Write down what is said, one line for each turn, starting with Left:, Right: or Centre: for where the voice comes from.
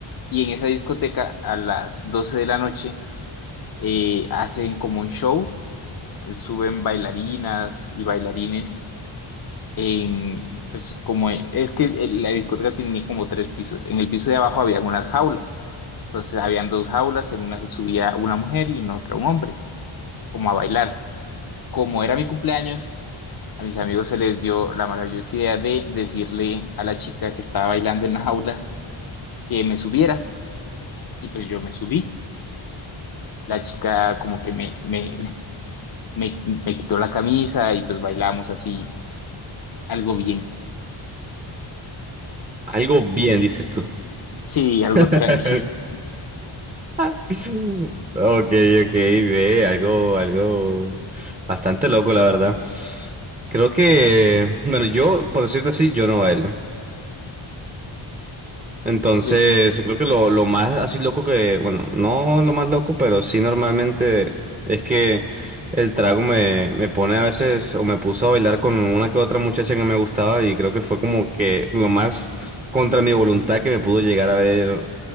Left: y en esa discoteca a las 12 de la noche eh, hacen como un show, suben bailarinas y bailarines en, pues como e, es que el- la discoteca tenía como tres pisos, en el piso de abajo había unas jaulas, entonces habían dos jaulas, en una se subía una mujer y en otra un hombre, como a bailar. Como era mi cumpleaños, a mis amigos se les dio la maravillosa idea de decirle a la chica que estaba bailando en la jaula que me subiera. y pues yo me subí. La chica como que me, me, me, me quitó la camisa y pues bailamos así, algo bien.
Right: Algo bien, dices tú.
Left: Sí, algo
Right: <laughs>
Left: tranqui. <laughs>
Right: <laughs> Ok, ok, ve, algo, algo bastante loco, la verdad. Creo que, bueno, yo, por decirte así, yo no bailo. Entonces,
Left: Pues,
Right: creo que lo, lo más así loco que, bueno, no lo más loco, pero sí normalmente es que el trago me, me pone a veces, o me puso a bailar con una que otra muchacha que me gustaba y creo que fue como que lo más contra mi voluntad que me pudo llegar a ver,